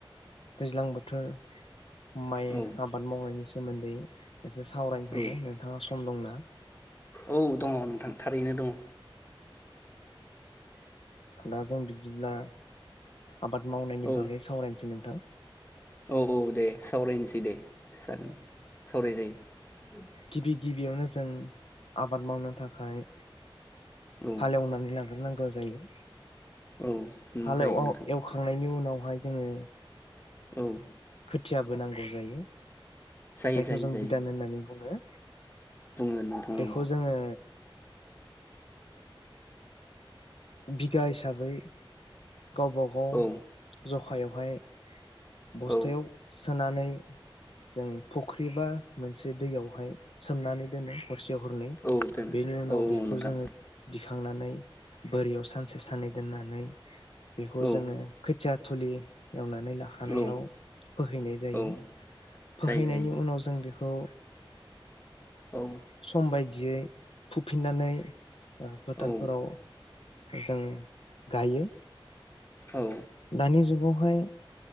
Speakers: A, on the left; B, on the left.
A: दैज्लां बोथोर। माय
B: औ
A: आबाद मावनायनि सोमोन्दै। एसे सावरायनो सानदों
B: औ
A: नोंथाङा सम दंना।
B: औ दङ नोंथां थारैनो दं।
A: दाजों बिदिब्ला। आबाद मावनायनि
B: औ
A: बागै सावरायनोसै नोंथां।
B: औ औ दे सावरायनोसै दे जागोन सावराय जायो।
A: गिबि गिबियावनो जों आबाद मावनो थाखाय माय
B: औ
A: हालेवनानै ला हारनांगौ जायो।
B: औ उम
A: हालेवआव
B: जायो नोंथां
A: अ एवखांनायनि उनाव। बेवहाय जोङो।
B: औ <inaudible>
A: खुथियाबो नांगौ जायो।
B: जायो
A: जायखौ
B: जायो
A: जों
B: जायो
A: बिधान होननानै बुङो
B: बुङो नोंथां
A: बेखौ
B: औ
A: जोङो बिगा हिसाबै गावबा गाव
B: औ
A: ज हायावहाय बस्थायाव
B: औ
A: सोनानै जों फुख्रिबा मोनसे दैयाव बेहाय सोमनानै दोनो हरसेयाव हरनै
B: औ दोनो
A: बेनि उनाव
B: औ
A: बेखौ
B: नोंथां
A: जोङो दिखांनानै बोरियाव सानसे सानै दोननानै बेखौ
B: औ
A: जोङो खोथिया थुलि एवनानै थानायाव
B: औ
A: फोहैनाय जायो
B: औ
A: फोहैनायनि
B: जायो जायो
A: उनाव जों बेखौ
B: औ
A: समबाय दियै फुफिन्नानै फोथारफोराव
B: औ
A: जों गायो।
B: औ
A: दानि जुगाव हाय